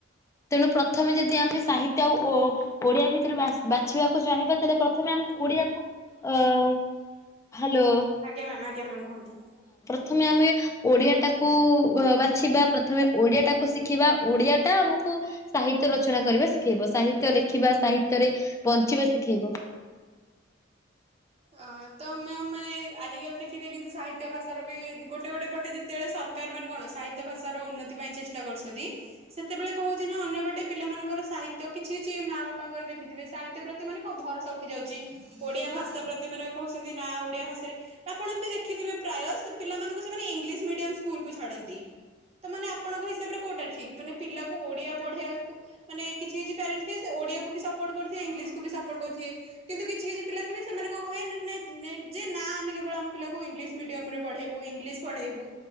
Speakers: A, on the left; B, on the right.
A: ତେଣୁ ପ୍ରଥମେ ଯଦି ଆମେ ସାହିତ୍ଯ ଆଉ ଓ ଓଡିଆ ଭିତରୁ ବା- ବାଛିବାକୁ ଚାହିଁବା ତାହେଲେ ପ୍ରଥମେ ଆମେ ଓଡିଆକୁ ଅ, ହାଲୋ।
B: ଆଜ୍ଞା ମ୍ୟାମ୍, ଆଜ୍ଞା ମ୍ୟାମ୍ କୁହନ୍ତୁ।
A: ଥମେ ଆମେ ଓଡିଆ ଟାକୁ ଓ ବାଛିବା, ପ୍ରଥମେ ଓଡିଆ ଟା ତ ଶିଖିବା, ଓଡିଆ ଟା ଆମକୁ ସାହିତ୍ୟ ରଚନା କରିବା ଶିଖେଇବ। ସାହିତ୍ୟ ଲେଖିବା, ସାହିତ୍ୟରେ ବଞ୍ଚିବା ଶିଖେଇବ।
B: ଅ, ତ ମ୍ୟାମ୍ ମାନେ ଆଜିକାଲି ଦେଖିବେ କିନ୍ତୁ ସାହିତ୍ୟ ଭାଷାର ବି ଗୋଟେ ଗୋଟେ ପଟେ ଯେ ତେବେଳେ ସରକାର ମାନେ କଣ ସାହିତ୍ୟ ଭାଷା ର ଉନ୍ନତି ପାଇଁ ଚେଷ୍ଟା କରୁଛନ୍ତି। ସେତେବେଳେ କଣ ହଉଛି ନା ଅନ୍ୟପଟେ ପିଲାମାନଙ୍କର ସାହିତ୍ୟ କିଛି କିଛି ମା ବାପାଙ୍କର ଦେଖିଥିବେ ସାହିତ୍ୟ ପ୍ର ତି ମାନେ କଣ ଭରସା ଉଠି ଯାଉଛି। ଓଡିଆ ଭାଷା ପ୍ରତି ମାନେ କହୁଛନ୍ତି ନା ଓଡିଆ ଭାଷାରେ ଆପଣ ବି ଦେଖିଥିବେ ପ୍ରାୟ ସେ ପିଲାମାନଙ୍କୁ ସେମାନେ ଇଂଲିଶ ମିଡିୟମ୍ ସ୍କୁଲ୍ କୁ ଛାଡନ୍ତି। ତ ମାନେ ଆପଣଙ୍କ ହିସାବରେ କୋଉଟା ଠିକ୍? ମାନେ ପିଲାକୁ ଓଡିଆ ପଢିବାକୁ ମାନେ କିଛି କିଛି ପ୍ୟାରେଟ୍ସ ଥିବେ ସେ ଓଡିଆକୁ ବି ସ ପୋର୍ଟ କରିଥିବେ, ଇଂଲିଶ କୁ ବି ସପୋର୍ଟ କରିଥିବେ, କିନ୍ତୁ କିଛି କିଛି ପିଲା ଥିବେ ସେମାନେ ତ କହେ ନ-ନାଇଁ ନାଇଁ ଯେ ନା ଆମେ କେବଳ ଆମ ପିଲାଙ୍କୁ ଇଂଲିଶ ମିଡିୟମ୍ ରେ ପଢେଇବୁ, ଇଂଲିଶ ପଢେଇବୁ।